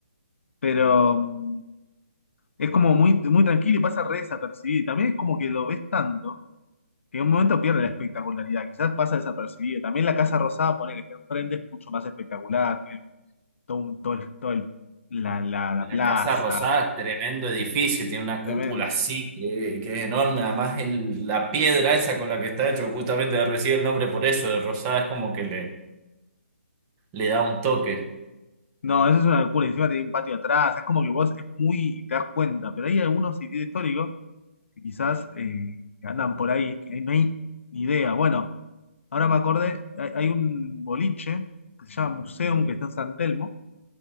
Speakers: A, on the left; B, on the right.
A: pero mm, es como muy, muy tranquilo y pasa re desapercibido. También es como que lo ves tanto que en un momento pierde la espectacularidad. Quizás pasa desapercibido. También la Casa Rosada, poner que está enfrente, es mucho más espectacular. Tiene todo, un- todo, el- todo el- la, la, la
B: La
A: plaza,
B: Casa Rosada, tremendo edificio, tiene una
A: tremendo.
B: cúpula así, que, que es enorme. Además, el- la piedra esa con la que está hecho, justamente recibe el nombre por eso, de Rosada, es como que le, le da un toque.
A: No, eso es una locura. Encima tiene un patio atrás. Es como que vos es muy, te das cuenta. Pero hay algunos sitios históricos. que quizás eh, andan por ahí, que no hay ni idea. Bueno, ahora me acordé, hay, hay un boliche que se llama Museum, que está en San Telmo,